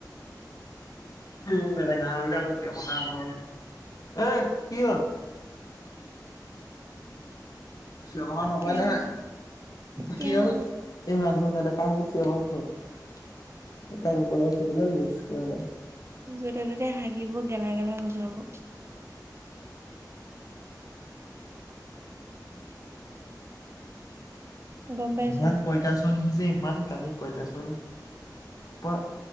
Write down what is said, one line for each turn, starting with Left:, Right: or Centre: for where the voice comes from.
Left: উম, নেদেখা হ'ল যে আগত নোহা হ'ল। অই, কি হ'ল? ব্যৱহাৰ নকৰে
Right: কেও
Left: নহয়।
Right: কেও
Left: কি হ'ল, এই মানুহ নেদেখা হ'লে। চিঞৰ বাখৰ তাৰ ওপৰত <unintelligible> অহ ৰহবা।
Right: য'তে-ত'তে হাগিব, গেলা-গেলা গোন্ধাব। <inaudible> গম পাইছ
Left: ইমান পইতাচনী যে, ইমান কালি পইতাচনী। পা,